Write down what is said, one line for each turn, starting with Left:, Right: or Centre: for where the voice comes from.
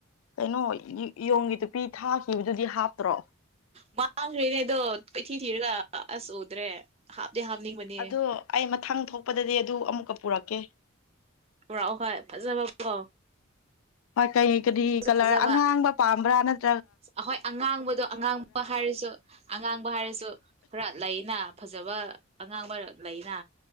Left: ꯀꯩꯅꯣ ꯏꯣꯡꯒꯤ ꯇꯨꯄꯤ ꯊꯥꯈꯤꯕꯗꯨꯗꯤ ꯍꯥꯞꯇ꯭ꯔꯣ
Right: ꯃꯥꯡꯈ꯭ꯔꯦꯅꯦ ꯑꯗꯣ ꯀꯩꯊꯤ ꯊꯤꯔꯒ ꯑꯁ ꯎꯗ꯭ꯔꯦ ꯍꯥꯞꯇꯦ ꯍꯥꯞꯅꯤꯡꯕꯅꯦ
Left: ꯑꯗꯣ ꯑꯩ ꯃꯊꯪ ꯊꯣꯛꯄꯗꯗꯤ ꯑꯗꯨ ꯑꯃꯨꯛꯀ ꯄꯨꯔꯛꯀꯦ
Right: ꯎ ꯍꯣꯏ ꯐꯖꯕ ꯀꯣ
Left: ꯍꯣꯏ ꯀꯩ ꯀꯔꯤ ꯀꯂꯔ
Right: ꯐꯖꯕ
Left: ꯑꯉꯥꯡꯕ ꯄꯥꯝꯕ꯭ꯔꯥꯅꯠꯇ
Right: ꯑꯍꯣꯏ ꯑꯉꯥꯡꯕꯗꯣ ꯑꯉꯥꯡꯕ ꯍꯥꯏꯔꯁꯨ ꯑꯉꯥꯡꯕ ꯍꯥꯏꯔꯁꯨ ꯈꯔ ꯂꯩꯅ ꯐꯖꯕ ꯑꯉꯥꯡꯕ ꯂꯩꯅ